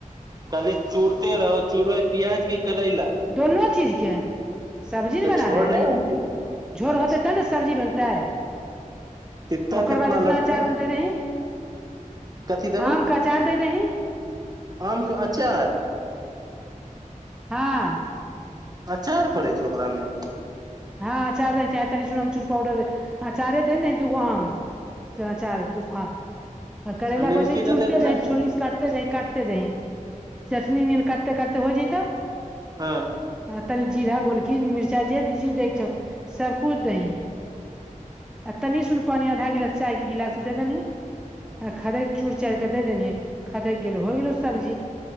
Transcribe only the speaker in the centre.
दुनो चीजके। सब्जी ना
बना
रहा है
जी
झोड़
होतै तब ने सब्जी बनतै।
ओकर
बाद इतना
अचार दे दही
आम के अचार दे दही
हँ।
हँ अचार दिही चाहे तनी आमचूड़ उमचुड़ पाउडर दिही आचारे दिही नय दुगो आम। जौ अचार हौ दू फाॅंक आ करैलाक
वैसे
चूड़ते
जाहीं
छोलनी स काटते काटते जाहीं काटते जाहीं चटनी जेहन काटते काटते हो जयतौऽ
आ तनी जीरा गोलकी मिर्चाइ जे जी दैके छौ सबकिछु दहीं। आ तनी सुन पानि आधा गिलास चाय के गिलास से दे दनी आ खदकि चूइड़ चाड़िकऽ दऽ देभि खदकि गेलो होइ गेलो सब्जी।